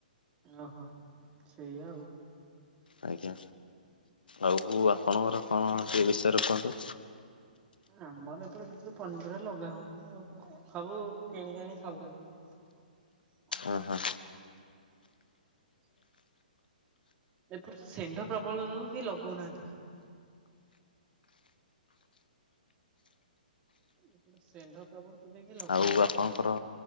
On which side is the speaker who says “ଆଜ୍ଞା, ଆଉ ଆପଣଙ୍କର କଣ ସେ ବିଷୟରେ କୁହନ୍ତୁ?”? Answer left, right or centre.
Left